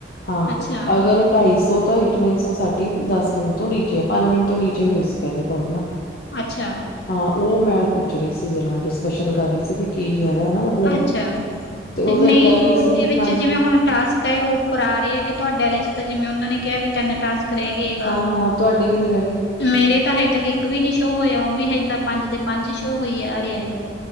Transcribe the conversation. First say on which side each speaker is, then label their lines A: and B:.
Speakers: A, on the left (about 55°); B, on the left (about 70°).
A: ਹਾਂ
B: ਅੱਛਾ
A: ਅਗਰ ਢਾਈ ਸੌ ਤਾਂ ਇਟ ਮੀਨਸ ਉਹ ਸਾਡੀ ਦਸ ਮਿੰਟ ਤੋਂ ਨੀਚੇ ਆ ਪੰਜ ਮਿੰਟ ਤੋਂ ਨੀਚੇ ਹੋਈ ਸੀ ਪਹਿਲੀ ਕਾਲ ਨਾ
B: ਅੱਛਾ,
A: ਹਾਂ ਉਹ ਮੈਂ ਪੁੱਛ ਰਹੀ ਸੀ ਜਰਾ ਡਿਸਕਸ਼ਨ ਕਰ ਰਹੀ ਸੀ ਵੀ ਕੀ ਹੈ। ਗਾ ਨਾ ਮਤਲਬ
B: ਅੱਛਾ
A: ਤੇ ਉਹ ਫੇਰ
B: ਨਹੀਂ
A: ਕਹਿ ਰਹੀ
B: ਉਹਦੇ
A: ਸੀ।
B: ਵਿੱਚ
A: ਹਾਂਜੀ
B: ਜਿਵੇਂ ਹੁਣ ਟਾਸਕ ਹੈਗਾ ਉੱਪਰ ਆ ਰਹਾ ਹੈਗੇ ਤੁਹਾਡੇ ਆਲੇ ਚ ਤਾ ਜਿਵੇਂ, ਉਹਨਾਂ ਨੇ ਕਿਹਾ ਵੀ ਤਿੰਨ ਟਾਸਕ ਰਹਿ ਗਏਗਾ
A: ਹਾਂ ਹਾਂ ਤੁਹਾਡੇ ਕਿੰਨੇ ਰਹਿ ਗਏ
B: ਮੇਰੇ ਤਾਂ, ਹਜੇ ਤੱਕ ਇੱਕ ਵੀ ਨੀ ਸ਼ੋਅ ਹੋਇਆ। ਮੈਂ ਹਜੇ ਤਾਂ ਪੰਜ ਦੇ ਪੰਜ ਸ਼ੋਅ ਹੋਈ ਆ ਰਿਹਾ ਜੇ।